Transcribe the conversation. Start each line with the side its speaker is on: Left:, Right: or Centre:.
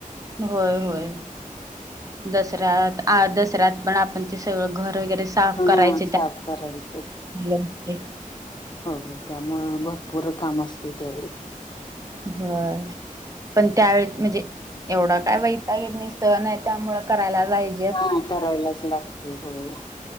Right: होय होय दसऱ्यात दसऱ्यात पण आपण ते सगळं घर वगैरे साफ
Left: हा
Right: करायचे
Left: साफ
Right: त्या
Left: करायच
Right: असते
Left: हो.. त्यामुळे भरपूर काम असतील त्यावेळी
Right: होय पण त्या वळस म्हणजे एवढं काय वैतागेत नाही सण आहे त्यामुळ करायला जायल
Left: हा करायलाच लागते होय